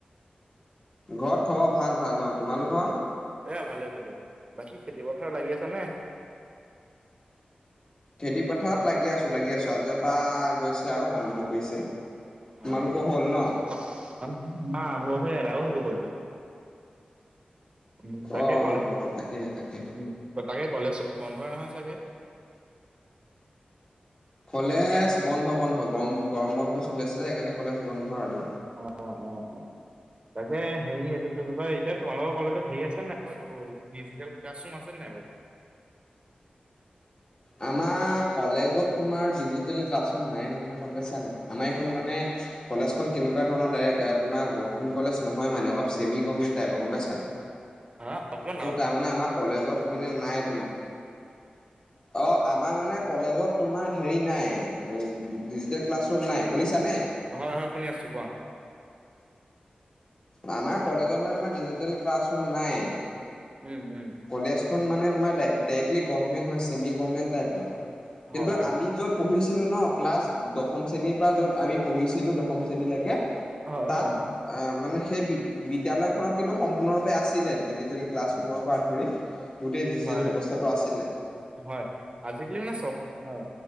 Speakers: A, on the left; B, on the right.
A: ঘৰত খবৰ ভাল ভাল অ', তোমালোকৰ?
B: এ, ভালে ভালে। বাকী খেতি পথাৰ লাগি আছা নে?
A: খেতি পথাৰত লাগি আছোঁ লাগি আছোঁ, আজিৰ পৰা গৈছে আৰু আৰম্ভ কৰিছে। তোমালোকৰ
B: অ' হয়।
A: হ'ল ন?
B: <unintelligible> এদায় হ'বৰ হ'ল। উ, তাকেই
A: অ
B: কলেজ
A: অ অ তাকে তাকে
B: উ, তাকেই কলেজ বন্ধই নহয় চাগে?
A: কলেজ বন্ধ বন্ধ গৰম গৰম বন্ধ চলি আছে যে সেইকাৰণে কলেজ বন্ধ আৰু।
B: অ', অ', অ'। তাকে হেৰি, এইটো কি বুলি কয়? এতিয়া তোমালোকৰ কলেজত হেৰি আছে নাই, এইটো ডিজিটেল ক্লাছৰুম আছে নাই বাৰু?
A: আমাৰ কলেজত, তোমাৰ ডিজিটেল ক্লাছৰুম, নাই নহয়, গম পাইছা নাই। আমাৰ এইখন মানে, কলেজখন কেনো কোৱা ধৰণৰ, ডাইৰেক্ট তোমাৰ গভৰ্মেন্ত কলেজ নহয় মানে, অলপ ছেমিগভৰ্মেন্ত টাইপৰ, গম পাইছা।
B: <unintelligible>
A: ত' তাৰমানে, আমাৰ কলেজত মানে নাই। অ', আমাৰ মানে, কলেজত তোমাৰ হেৰি নাই। উম, ডিজিটেল ক্লাছ ৰুম নাই, শুনিছানে।
B: হয়, হয়, শুনি আছোঁ, কোৱা।
A: আমাৰ কলেজত, মানে তোমাৰ ডিজিটেল ক্লাছৰুম নাই।
B: উম, উম।
A: কলেজখন মানে তোমাৰ ডাইৰেক্টলি, গভমেণ্ট নহয়, ছেমি গভমেণ্ট টাইপৰ, কিন্তু
B: হয় হয়
A: আমি য'ত পঢ়িছিলোঁ ন, ক্লাছ দশম শ্ৰেণীৰ পৰা য'ত আমি পঢ়িছিলোঁ, দশম শ্ৰেণীলৈকে।
B: হয়
A: তাত
B: হয়
A: আহ, মানে সেই বিদ্যালয়খনত কিন্তু সম্পূৰ্ণৰূপে আছিলে ডিজিটেল ক্লাছৰুমৰ
B: হয়
A: পৰা ধৰি গোটেই ডিজিটেল
B: হয়,
A: ব্যৱস্থাটো
B: হয়,
A: আছিলে
B: হয়, আজিকালি মানে চব, হয়।